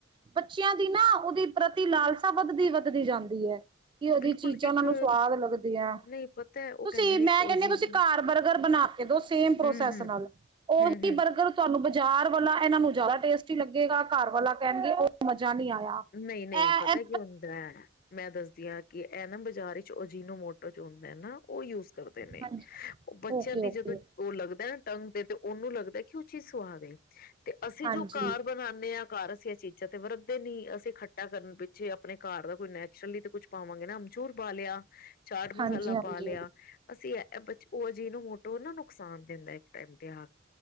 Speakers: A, on the right; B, on the left.
A: ਬੱਚਿਆਂ ਦੀ ਨਾ ਉਹਦੇ ਪ੍ਰਤੀ ਲਾਲ ਤਾਂ ਵੱਧਦੀ ਵੱਧਦੀ ਜਾਂਦੀ ਹੈ ਕਿ ਉਹਦੀ
B: ਬਿਲਕੁਲ
A: ਚੀਜ਼ਾਂ
B: ਇੱਕ
A: ਉਹ ਨੂੰ ਸਵਾਦ ਲੱਗਦੀਆਂ
B: ਨਹੀਂ ਪਤਾ ਉਹ
A: ਤੁਸੀਂ
B: ਕਹਿੰਦੇ ਨੇ
A: ਮੈਂ
B: ਉਹ
A: ਕਹਿੰਨੀ
B: ਜੀ
A: ਤੁਸੀਂ ਘਰ ਬਰਗਰ ਬਣਾ ਕੇ ਦੋ ਸੇਮ ਪ੍ਰੋਸੈਸ
B: ਹੂੰ-ਹੂੰ,
A: ਨਾਲ ਉਹੀ
B: ਹੂੰ-ਹੂੰ
A: ਬਰਗਰ ਤੁਹਾਨੂੰ ਜਾਰ ਵਾਲਾ ਇਹਨਾਂ ਨੂੰ ਜ਼ਿਆਦਾ ਟੇਸਟੀ ਲੱਗੇਗਾ ਘਰ ਵਾਲਾ ਕਹਿਣਗੇ ਉਹ ਨਹੀਂੀ ਆਇਆ
B: ਨਹੀਂ-ਨਹੀਂ
A: ਇਹ
B: ਪਤਾ ਹੁੰਦਾ ਮੈਂ ਦੱਸ ਕਿ ਐਨਮ ਬਾਜ਼ਾਰ ਵਿੱਚ ਜਿਨੂੰ ਮੋਟਰ ਚ ਹੁੰਦਾ ਨਾ ਉਹ ਯੂਜ ਕਰਦੇ ਨੇ
A: ਹਾਂਜੀ
B: ਉਹ ਬੱਚਿਆਂ
A: ਓਕੇ
B: ਦੀ
A: ਓਕੇ
B: ਜਦੋਂ ਉਹ ਲੱਗਦਾ ਨਾ ਟੰਗ ਤੇ ਤੇ ਉਹਨੂੰ ਲੱਗਦਾ ਕਿ ਉਹ ਚੀਜ਼ ਸੁਵਾ ਦੇ ਤੇ ਅਸੀਂ
A: ਹਾਂਜੀ
B: ਜੋ ਘਰ ਬਣਾਦੇ ਹਾਂ ਕਾਰਰ ਸੀ ਚੀਜ਼ਾਂ ਤੇ ਵਰਦੇ ਨੀ ਇਕੱਟਾ ਕਰਨ ਪਿੱਛੇ ਆਪਣੇ ਘਰ ਦਾ ਕੋਈ ਨੈਚੁਰਲੀ ਕੁਛ ਪਾਵਾਂਗੇ ਨਾ ਅਮਚੂਰ ਪਾ ਲਿਆ ਚਾਟ ਮਸਾਲਾ
A: ਹਾਂਜੀ ਹਾਂਜੀ
B: ਪਾ ਲਿਆ ਅਸੀਂ ਬ ਉਹ ਅਜਿਨੂੰ ਮੋਟੋ ਨਾ ਨੁਕਸਾਨ ਦਿੰਦਾ ਇੱਕ ਟਾਈਮ ਤੇ ਆ